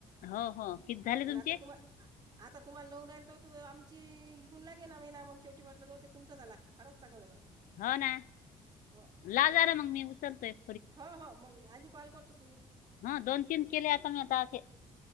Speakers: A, on the left; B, on the right.
A: हो हो किती झाले
B: आणि
A: तुमचे?
B: आता तुम्हा आ- आता तुम्हाला नव राल तर आमची इथूनगे ना म ना मग शेवटी म्हटलं जा ते तुमचां झाला. हारच सांगा झालं
A: हो ना.
B: हो
A: लावा ना मग मी उचलतो एक
B: हो हो मग. आधी कॉल करतोस मी
A: हा दोन तीन केले आता मी आता असे